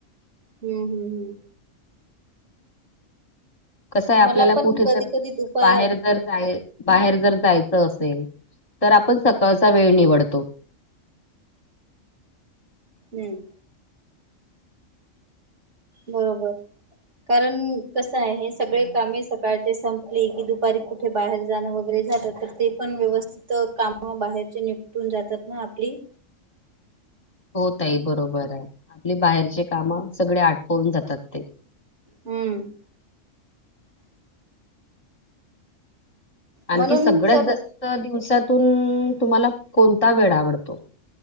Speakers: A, on the right; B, on the left.
A: हम हम हम.
B: कसंय आपल्याला
A: मला पण
B: कुठे
A: कधी
B: जर
A: कधी दुपार
B: बाहेर जर जाय बाहेर जर जायचं असेल तर, आपण सकाळचा वेळ निवडतो.
A: हम्म. बरोबर कारण कसा आहे, सगळे कामे सकाळची संपली की दुपारी. कुठे बाहेर जाणं वगैरे जातात तर, ते पण काम बाहेरचे निपटून जातात ना आपली.
B: हो ताई बरोबर ये, आपले बाहेरची काम सगळी आटपून जातात ते.
A: हम्म.
B: आणखी
A: म्हणून
B: सगळ्यात
A: तर
B: जास्त दिवसातून तुम्हाला कोणता वेळ आवडतो?